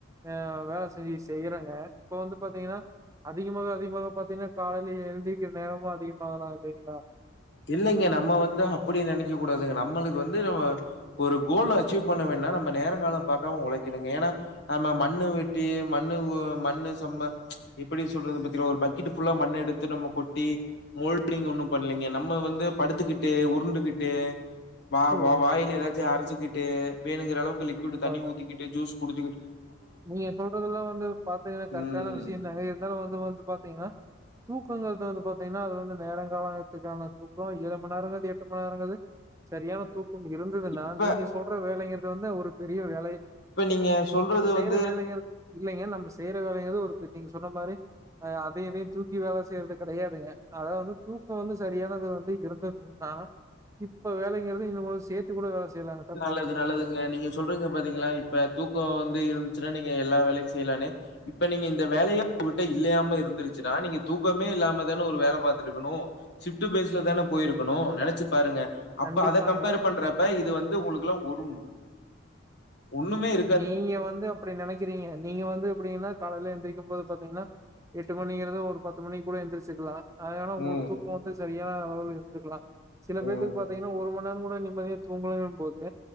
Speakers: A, on the right; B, on the left.
A: அ வேல செய்யி செய்யறங்க இப்ப வந்து பாத்திங்கன்னா அதிகமாக அதிகமாக பாத்திங்கன்னா காலைல எழுந்திக்ற நேரமு அதிகமாக தா ஆகுதுங்ளா
B: இல்லைங்க நம்ம வந்து அப்புடி நெனைக்க கூடாதுங்க நம்மளுக்கு வந்து நம்ம ஒரு கோல்ல அச்சீவ் பண்ண வேனுன்னா நம்ம நேரங்காலொ பாக்காம ஒழைக்கனுங்க ஏன்னா நம்ம மண்ணு வெட்டி மண்ணு ஓ மண்ணு சம்ம எப்புடி சொல்றது <unintelligible> ஒரு பக்கெட்டு ஃபுல்லா மண்ணு எடுத்து து நம்ம கொட்டி மோல்டிங் ஒன்னு பண்ணலெங்கெ நம்ம வந்து படுத்துக்கிட்டு உருண்டுகிட்டு வா
A: சரிங்க.
B: வா வாயில எதாச்சு அரச்சுக்கிட்டு ட்டு வேணுங்குற அளவுக்கு லிக்கூடு
A: அதாங்க.
B: தண்ணி ஊத்திகிட்டு ஜூஸ் குடுச்சுகிட்
A: நீங்க சொல்றதுல்லா வந்து பாத்திங்கன்னா கரெக்டான
B: ம்
A: விஷ்யந்தாங்க இருந்தாலு வந்து வந்து பாத்திங்கன்னா தூக்கங்கிறது வந்து பாத்திங்கன்னா அது வந்து நேரொ காலத்துக்கான தூக்கொ ஏழு மணி நேரங்கது எட்டு மணி நேரங்கது சரியான தூக்கம் இருந்ததுன்னா
B: இப்ப
A: நீங்க சொல்ற வேலைங்கிறது வந்து ஒரு பெரிய வேலை
B: இப்ப நீங்க சொல்றது வந்து
A: இப்ப வேலைகள் இல்லைங்க நம்ம செய்யற வேலைகள் ஒரு பெ நீங்க சொல்ற மாரி அ அதையு இதையு தூக்கி வேல செய்யறது கெடையாதுங்க அதா வந்து தூக்கொ வந்து சரியானது வந்து இருந்தது ன்னா இப்ப வேலைங்குறது இன்னு கொஞ் சேத் து கூட வேல செய்லாங்க
B: நல்லது நல்லது க நீங்க சொல்றெங்கெ பாத்திங்களா இப்ப தூக்கொ வந்து இருந்துச்சுன்னா நீங்க எல்லா வேலையு செய்யலானு இப்ப நீங்க இந்த வேலையே உங்கிட்ட இல்லையாம இருந்துருச்சுன்னா நீங்க தூக்கமே இல்லாம தானே ஒரு வேல பாத்துட்ருக்கணு சிஃப்டு பேஸுல தான போயிருக்கணு நெனச்சு பாருங்க அப்ப
A: கண்டிப்பாங்க.
B: அத கம்பேர் பண்றப்ப இது வந்து ஒங்ளுக்கெல்லா ஒரும் ஒன்னுமே இல்
A: நீங்க வந்து அப்டி நெனக்கிறீங்க நீங்க வந்து எப்புடிங்னா காலைல எந்துரிக்கும் போது பாத்திங்ன்னா எட்டு மணிங்கிறது ஒரு பத்து மணி கூட எந்துருச்சுக்கலா அதனால உங்களுக்கு
B: ம்,
A: தூக்கொ வந்து சரியான அளவு எடுத்துகலா சில பேத்துக்கு
B: ம்.
A: பாத்திங்கன்னா ஒரு <unintelligible> நேரொங் கூட நிம்மதியா தூங்கனும் போது